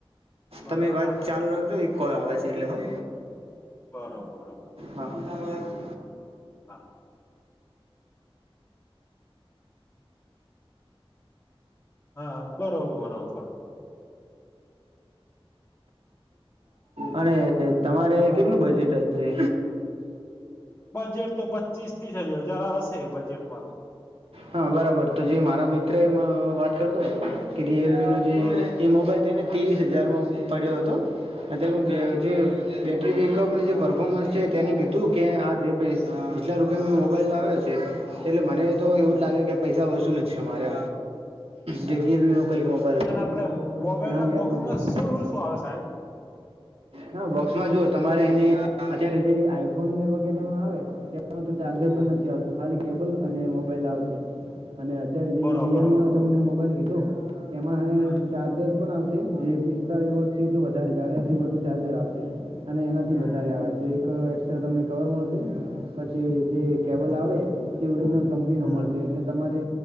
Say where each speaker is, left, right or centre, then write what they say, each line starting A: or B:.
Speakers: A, on the left; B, on the right.
A: બર
B: તમે
A: અને
B: વાત
A: આપડે
B: ચાલુ રાખજો કોલ આવે છે એટલે હા.
A: બરોબર બરોબર
B: હા. <unintelligible>
A: હા. હા બરોબર બરોબર.
B: અને તમારે કેટલું બજેટ હશે.
A: બજેટ તો પચીસ થી જ હજાર હશે બજેટ મારું.
B: હા બરાબર તો જે મારા મિત્ર એમ વાત કરતો હતો કે રિયલમી નો જે
A: હા
B: એ મોબાઈલ તેને ત્રેવીસ હજારમાં પડ્યો હતો અને તેનું બે જે બેટરી બેકઅપની જે પરફોમન્સ છે તેને કીધું કે આ જે પ જેટલા રૂપિયા મેં મોબાઈલ લાવ્યો છે એટલે મને તો
A: હા
B: એવું લાગે કે પૈસા વસૂલ જ છે મારે. જે રિયલમી નો કઈક મોબાઈલ હતો
A: અને
B: મને
A: આપડે
B: હાલ
A: મોબાઈલ
B: નામ
A: ના
B: યાદ
A: બોક્સમાં
B: નથી
A: શું શું આવે સાહેબ
B: હા બોક્સમાં જો તમારે એને અત્યારે જે આઈફોનને વગેરે માં આવે. તો ચાર્જર
A: હમ
B: પણ નથી આવતું ખાલી કેબલ અને મો મોબાઈલ આવશે. અને અત્યારે જે
A: બરોબર
B: મેં રિયલમી
A: બરોબર
B: નો તમને મોબાઈલ લીધો. એમાં હ
A: હમ
B: ચાર્જર પણ આવ જે પિસ્તાળસ વોટ તો વધારે એસી વોટ ન ચાર્જર આવશે. અને એનાથી
A: હમ
B: વધારે આવે છે. એક્સ્ટ્રા તમને કવર મળશે, પછી જે કેબલ
A: હમ
B: આવે તે ઓરિજનલ
A: હમ
B: એના મળશે, એટલે તમ તમારે